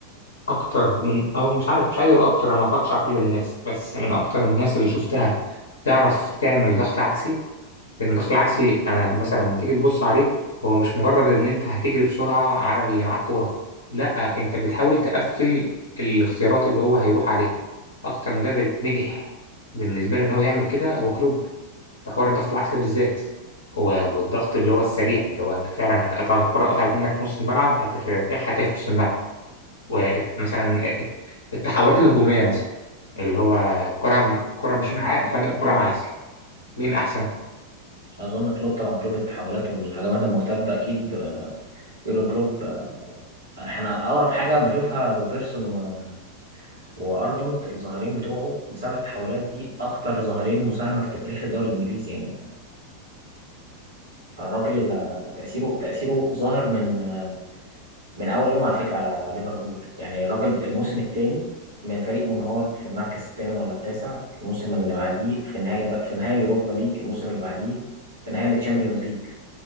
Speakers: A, on the left; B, on the right.
A: اكتر من او مش عارف مش عايز اقول اكتر انا ما اتفرجتش على كل الناس بس من اكتر الناس اللي شفتها تعرف تعمل ضغط عكسي لكن الضغط العكسي انا مثلا لما تيجي تبص عليه هو مش مجرد ان انت هتجري بسرعه على اللي معاك كوره لا انت بتحاول تقفل الاختيارات اللي هو هيروح عليها اكتر مدرب نجح بالنسبه لي ان هو يعمل كده هو كلوب في حوار الضغط العكسي ده بالذات و- والضغط اللي هو السريع اللي هو انت فعلا هتقطع الكره قطعت منك في نص الملعب هترجعها تاني في نص الملعب ومثلا التحولات الهجوميه مثلا اللي هو كره كره
B: اظن
A: مش معاك
B: اظن
A: فجاه كره
B: كلوب
A: معاك
B: احسن
A: مين احسن
B: اظن كلوب طبعا كلوب التحولات والهجمات المرتده اكيد آه، يورجن كلوب آه، احنا اقرب حاجه بشوفها روبرتسون و... وارنولد الظاهرين بتوعه بسبب التحولات دي اكتر ظاهرين مساهمه في تاريخ الدوري الانجليزي يعني ف... فالراجل آه، تاثيره تاثيره ظاهر من آه، من اول يوم على فكره على ليفربول يعني الراجل الموسم الثاني من فريق منهار في المركز الثامن ولا التاسع الموسم اللي بعديه في نهائي ده في نهائي اليوروبا ليج الموسم اللي بعديه في نهائي التشامبيونز ليج